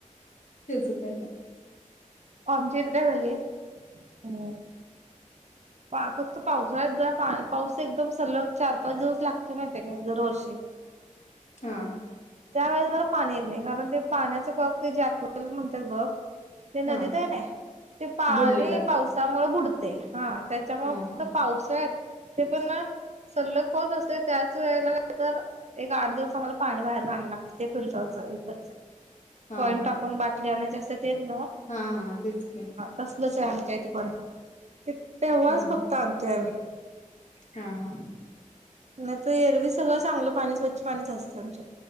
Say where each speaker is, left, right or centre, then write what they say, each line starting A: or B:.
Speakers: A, on the left (about 65°); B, on the right (about 55°).
A: तेच हो तयना
B: आमची इथ काय झालीय हम् पाफक्त पावसाळ्यात जरा पा पाऊस एकदम सलग चार पाच दिवस लागतो माहिती काय दरवर्षी
A: हा
B: त्यावेळेस जला पाणी येत नाही कारण ते पाण्याचं कक् ते जाठवल म्हणतात बघ ते
A: हा
B: नदीत आहे ना ते पाणी
A: बुडलेलं असतं
B: पावसामुळे बुडते हा त्याच्यामुळे
A: हा
B: फक्त
A: हा
B: पावसात ते पण ना सल्लग पाऊस असते त्याच वेळेलार एक तर एक आठ दिवस आम्हाला पाणी बाहेर राग लागत ते फुलचावरच विकतच
A: हा
B: कॉइन
A: हा
B: टाकून बाटली आणचे असं तेच नव
A: हा हा तेच के
B: तसलच आहे आमच्या इथे पण त तेवा्हाच
A: हम्म
B: फघत आणतोय आम्ही
A: हा हा
B: नाही तर एरवी सगळं चांगलं पाणी स्वच्छ पाणीच असते आमच्या